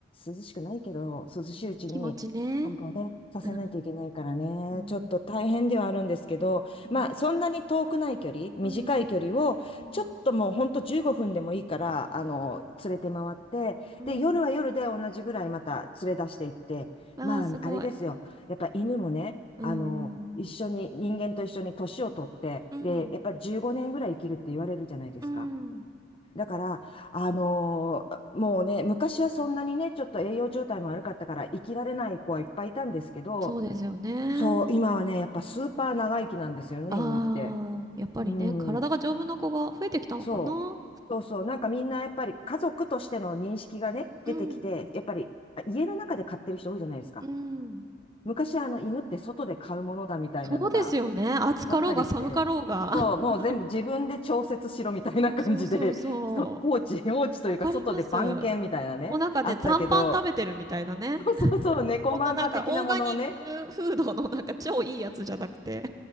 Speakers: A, on the left (about 25°); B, on the right (about 20°).
A: 涼しくないけど、涼しいうちに散歩をね、
B: うん。気持ちね。
A: させないといけないからね、
B: うん。うん。
A: ちょっと大変ではあるんですけど、
B: うん
A: まあそんなに遠くない距離、短い距離を、
B: うん。うん。うん。
A: ちょっともうほんと15分でもいいから、あの、連れて回って、
B: うん。
A: で、夜は夜で同じぐらいまた連れ出していって、
B: ああ、
A: まあ、
B: すごい。
A: あれですよ。やっぱ犬もね、
B: うーん。
A: あの、一緒に、人間と一緒に年を取って、
B: うん、
A: で、やっぱ15年ぐらい生きるって言われるじゃないですか。
B: うん、
A: だから、あのもうね、昔はそんなにね、ちょっと栄養状態も悪かったから生きられない子はいっぱいいたんですけど、
B: そうですよね。
A: そう、今はね、やっぱスーパー長生きなんですよね、
B: ああ、
A: 犬って。
B: やっぱりね、
A: うん。
B: 体が丈夫な子が増えてきたのかな。
A: そう。そうそう。なんかみんなやっぱり家族としての認識がね、
B: うん、
A: 出てきて、やっぱりあ家の中で飼ってる人多いじゃないですか。
B: うん。
A: 昔あの犬って外で飼うものだみたいなのが
B: そうですよね。暑かろうが寒かろうが。
A: あったりして、そう、もう全部自分で調節しろみたいな感じで、
B: <laughs> そうそうそうそ
A: <laughs> そう放置、放置というか外で番犬みたいなね、
B: う。わかります。もうなんかね、
A: あったけど、
B: 残飯食べてるみたいなね。
A: そうそうそう、猫まんま的なものをね、
B: こんななんかオーガニックフードのなんか超いいやつじゃなくて。